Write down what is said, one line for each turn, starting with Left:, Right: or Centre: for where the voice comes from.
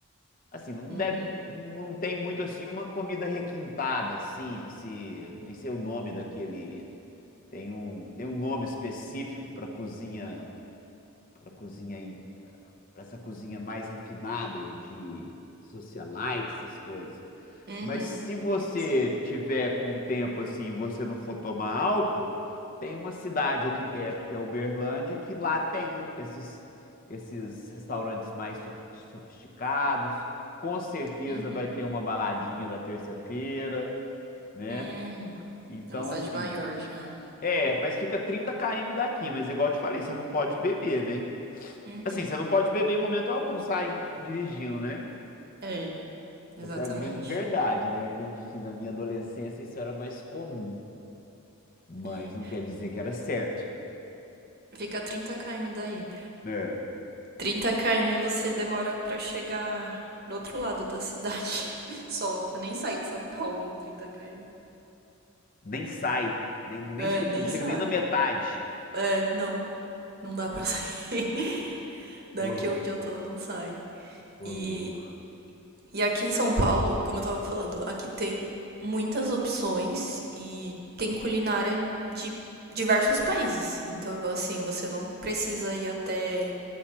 Left: Assim, não
Right: uhum,
Left: deve, não tem muito assim uma comida requintada, assim, esse, nem sei o nome daquele. Tem um, tem um nome específico para cozinha, para cozinha, para essa cozinha mais refinada de socialite, essas coisas.
Right: uhum,
Left: Mas se você
Right: sim,
Left: tiver com tempo assim, e você não for tomar álcool, tem uma cidade aqui perto que é Uberlândia, que lá tem o- esses esses restaurantes mais sofi- sofisticados. Com certeza
Right: uhum,
Left: vai ter uma baladinha da terça-feira, né?
Right: hum.
Left: Então
Right: É uma cidade
Left: assim,
Right: maior já.
Left: é, mas fica 30 km daqui, mas igual eu te falei, você não pode beber, né?
Right: Uhum.
Left: Assim, você não pode beber em momento algum saindo dirigindo, né?
Right: É, exatamente.
Left: Essa é a grande verdade, né? A gente, assim, na minha adolescência, isso era mais comum. mas
Right: É.
Left: não quer dizer que era certo.
Right: Fica a 30 km daí.
Left: É.
Right: 30 km você demora pra chegar do outro lado da cidade. <laughs> Só. Você nem sai de São Paulo em trinta km.
Left: Nem sai, nem, nem
Right: É,
Left: chega,
Right: nem
Left: não chega
Right: sai.
Left: nem na metade.
Right: É, não. Não dá pra sair. <laughs> Daqui
Left: Ô, louco,
Right: onde eu tô, não sai.
Left: ô,
Right: E
Left: louco.
Right: E aqui em São Paulo, como eu tava falando, aqui tem muitas opções e tem culinária de diversos países. Então, assim, você não precisa ir até,